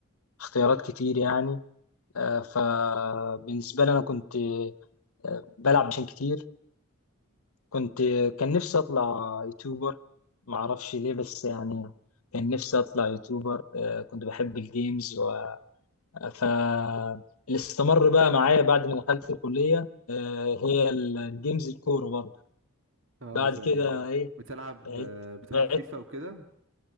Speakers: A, on the left (about 85°); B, on the right (about 60°).
A: اختيارات كتير يعني آه، فبالنسبه لي انا كنت آه، بلعب عشان كتير كنت كان نفسي اطلع يوتيوبر ما اعرفش ليه بس يعني كان نفسي اطلع يوتيوبر آه، كنت بحب الجيمز و... ف اللي استمر بقى معايا بعد ما دخلت الكلية آه، هي ال- الجيمز الكورة برضه
B: اه
A: بعد
B: زي
A: كده ايه
B: بتلعب
A: بعت
B: بتلعب
A: بعت
B: فيفا وكده